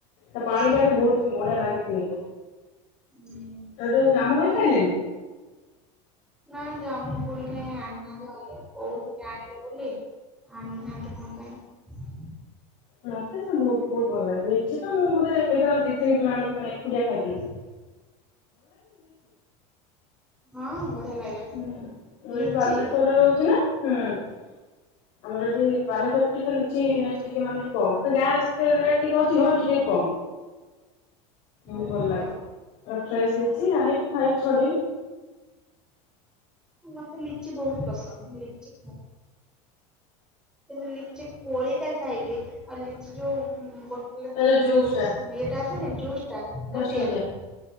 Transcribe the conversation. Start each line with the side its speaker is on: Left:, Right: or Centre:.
Left: ତା ପାଣି
Centre: ହଁ
Left: ଟା ବି ବହୁତ ବଢିଆ ଲାଗେ ପିଇତେ
Centre: ହୁଁ।
Left: ଆ ଯୋଉ ଯାମୁ କୋଳି? ଖାଇଲେଣି।
Centre: ନାଇଁ ଜାମୁ କୋଳି କାଇଁ ଆଣିନାହାନ୍ତି ଆନିଲେ କହୁଥିଲେ ଆଣିବେ ବୋଲି, ଆଣିନାହାନ୍ତି କଣ ପାଇଁ।
Left: ମୋତେ ସେ ବୋ ବହୁ ଭଲ ଲାଗେ ନିଚିତ ମୁଁ ବୋଧେ ଏ ଥର ଯି ଦି କିଲ ଆଣିକି ମାନେ ଏକୁଟିଆ ଖାଇଦେଇଚି।
Centre: ହଁ ବଢିଆ ଲାଗେ
Left: ହୁଁଁ ଏଇଠି
Centre: ଲିଚି
Left: ବାଲେଶ୍ୱରରେ ରହୁଛି ନା ହୁଁ। ଆମର ଏଠି ବାଲେଶ୍ୱରରେ ଟିକେ ଲିଚି-ଇ-ଇ ଟିକେ ମାନେ କମ। ମାନେ ଯାହାର ଯେତେ ରେଟ୍ ଟିକେ ଅଧିକ ଟିକେ କମ୍। ହୁଁ
Centre: ଓହୋ।
Left: ଭଲ ଲାଗେ। ପୁରା ଫ୍ରେସ୍ ଲିଚି ଆଣିବୁ। ଖାଇବୁ ଛଡେଇଵୁ
Centre: ମତେ ଲିଚି ବହୁତ ପସନ୍ଦ। ଲିଚି କ କିନ୍ତୁ ଲିଚି କୋଳି ଟା ଖାଇବି ଆଉ ଲିଚି ଯୋଉ ବୋଟ୍ ହେଲେ
Left: ତା
Centre: ତାର ଯୋଉ
Left: ଜୁସ୍ ଟା
Centre: ସ୍ମେ ଟା ହେଲେ ଜୁସ୍ ଟା ସେଟା
Left: ଦଶ
Centre: ପିଏନି।
Left: ଟଙ୍କିଆ।